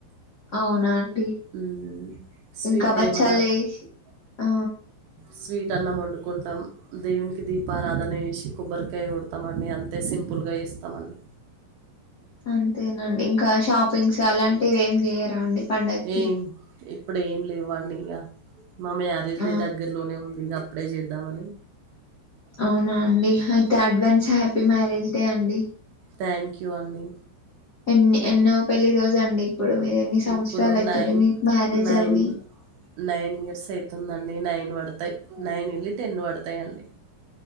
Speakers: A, on the left; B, on the right.
A: అవునా అండి
B: ఊ స్వీట్
A: ఇంకా బచ్చాలు
B: ఏమన్న
A: చేసి ఆ
B: స్వీట్ వొట్టి అన్నం వండుకుంటాం దేవునికి దీపారాధన ఏసి కొబ్బరికాయ కొడతామండి అంతే సింపుల్ గా ఇస్తామండి
A: అంతేనండి ఇంకా షాపింగ్స్ అలాంటివి ఏమి చేయ్యరా అండి పండగకి
B: ఏం ప్పుడేం లేవా అండి ఇంగా మా మ్యారేజ్
A: ఆ
B: డే దగ్గర్లోనే ఉంది ఇంగ అప్పుడే చేద్దామని
A: అవునా అండి okay advance happy marriage day అండి
B: థ్యాంక్ యూ అండి
A: ఎన్ని ఎన్నో పెళ్లి రోజు అండి ఇప్పుడు మీరు ఎన్ని సంవత్సరాలు
B: ఇప్పుడు
A: అయితుంది
B: నైన్త్
A: మీకు మ్యారేజ్
B: నైన్
A: అవ్వి
B: నైన్ ఇయర్స్ అయితుందండి నైన్ పడతాయి నైన్ ఎళ్ళి టెన్ పడతాయి అండి